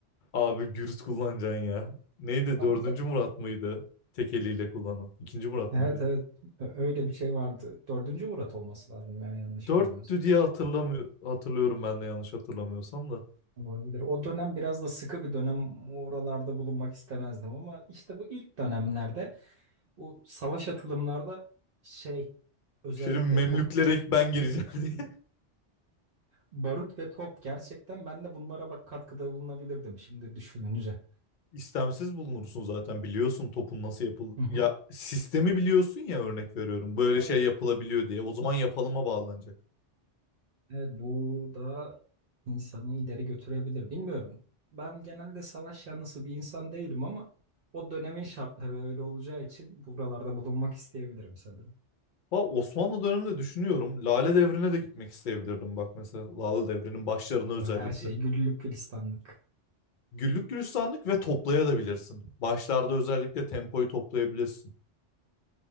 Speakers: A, on the left; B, on the right.
A: Abi gürüz kullanacaksın ya. Neydi?
B: Ama
A: Dördüncü
B: ta-
A: Murat mıydı? Tek eliyle kullanan. İkinci Murat
B: evet
A: mıydı?
B: evet Ö- öyle bir şey vardı. Dördüncü Murat olması lazım ya yanlış
A: Dörttü
B: bilmiyorsam.
A: diye hatırlamıyor, hatırlıyorum ben de yanlış hatırlamıyorsam da.
B: Olabilir. O dönem biraz da sıkı bir dönem. Oralarda bulunmak istemezdim ama işte bu ilk dönemlerde bu savaş atılımlarda şey özellikle
A: Şimdi Memlüklere
B: top
A: ben gireceğim <laughs> diye.
B: barut ve top gerçekten ben de bunlara bak katkıda bulunabilirdim şimdi düşününce.
A: İstemsiz bulunursun zaten biliyorsun topun nasıl yapıl...
B: Hı hı.
A: Ya sistemi biliyorsun ya örnek veriyorum. Böyle
B: Tabii.
A: şey yapılabiliyor diye. O zaman yapalıma bağlanacak.
B: Evet, bu da insanı ileri götürebilir. Bilmiyorum. Ben genelde savaş yanlısı bir insan değilim ama o dönemin şartları öyle olacağı için buralarda bulunmak isteyebilirim sanırım.
A: Bak Osmanlı döneminde düşünüyorum. Lale Devri'ne de gitmek isteyebilirdim bak mesela. Lale Devri'nin başlarına
B: Ama
A: özellikle.
B: her şey güllük gülistanlık.
A: Güllük gülistanlık ve toplayabilirsin. Başlarda özellikle tempoyu toplayabilirsin.